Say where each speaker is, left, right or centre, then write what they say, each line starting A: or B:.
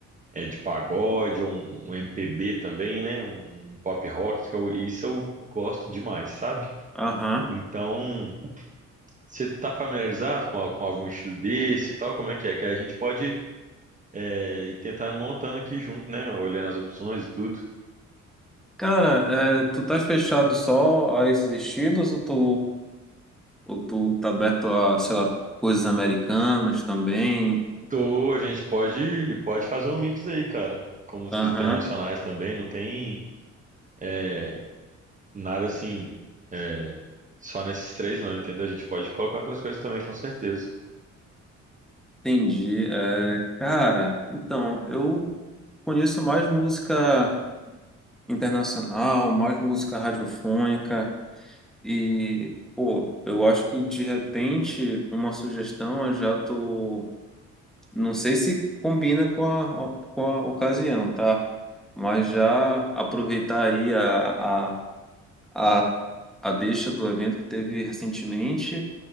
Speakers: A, on the right; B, in the centre.
A: é de pagode, um, um MPB também, né, um pop rock, que eu- isso eu gosto demais, sabe?
B: Aham.
A: Então, Você está familiarizado com, al- com algum estilo desse e tal? Como é que é? Que a gente pode é, ir tentando montando aqui junto, né? Olhando as opções e tudo.
B: Cara, é, tu estás fechado só a esses estilos ou tu, ou tu tá aberto a, sei lá, coisas americanas também?
A: Tô, a gente pode, pode fazer um mix aí, cara. Com músicas
B: Aham.
A: internacionais também, não tem é, nada assim, é, só nesses três não, entendeu? A gente pode colocar outras coisas também, com certeza.
B: Entendi. É, cara, então, eu conheço mais música internacional, mais música radiofônica e, pô, eu acho que de repente uma sugestão eu já tô, não sei se combina com a, com a ocasião, tá? Mas já aproveitar aí a, a, a deixa do evento que teve recentemente.